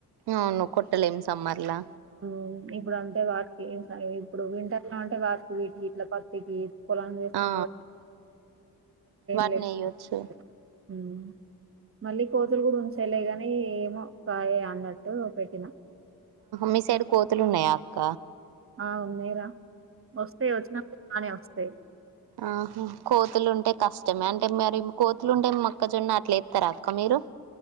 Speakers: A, on the right; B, on the right.
A: అవును కొట్టలేమ్ సమ్మార్లా
B: హ్ ఇప్పుడు అంటే వాటికి ఏం స ఇప్పుడు వింటర్ల అంటే వాటికి వీటికి ఇట్ల పత్తికి పొలం చేస్తాం
A: ఆ!
B: కాబట్టి
A: వాటిని
B: ఇగ <inaudible>
A: ఎయ్యొచ్చు
B: హ్మ్ మళ్ళీ కోతులు కూడా ఉంచాయిలే కానీ ఏమో కాయ అన్నట్టు పెట్టినా
A: మీ సైడ్ కోతులు ఉన్నాయా అక్క
B: ఆ ఉన్నాయిరా వస్తాయి వచ్చినప్పుడు బానే వస్తాయి
A: ఆహ కోతులు ఉంటే కష్టమే అంటే మరి కోతులు ఉంటే మక్కజొన్న అట్లే ఎత్తరా అక్క మీరు